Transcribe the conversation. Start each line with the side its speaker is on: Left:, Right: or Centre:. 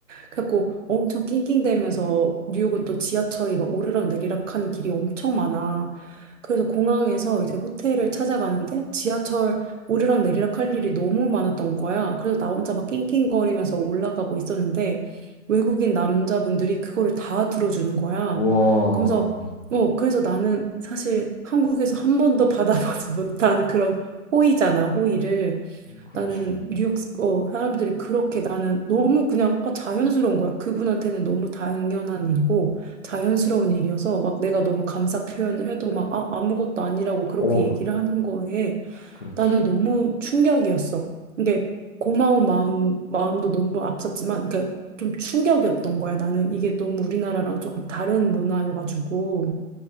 Right: 그래갖고 엄청 낑낑대면서 뉴욕은 또 지하철이 막 오르락 내리락 하는 길이 엄청 많아. 그래서 공항에서 이제 호텔을 찾아가는데 지하철 오르락 내리락 할 일이 너무 많았던 거야. 그래서 나 혼자 막 낑낑거리면서 올라가고 있었는데 외국인 남자분들이 그거를 다 들어주는 거야.
Left: 와,
Right: 그러면서 어 그래서 나는 사실 한국에서 한 번도 <laughs> 받아보지 못한 그런 호의잖아, 호의를.
Left: 그렇지.
Right: 나는 뉴욕 어, 사람들이 그렇게 나는 너무 그냥 아, 자연스러운 거야. 그분한테는 너무 당연한 일이고 자연스러운 일이어서 막 내가 너무 감사 표현을 해도 막 아, 아무것도 아니라고 그렇게
Left: 오,
Right: 얘기를 하는 거에
Left: 그렇지.
Right: 나는 너무 충격이었어. 이게 고마운 마음 마음도 너무 앞섰지만 그러니까 좀 충격이었던 거야. 나는 이게 너무 우리나라랑 조금 다른 문화여가지고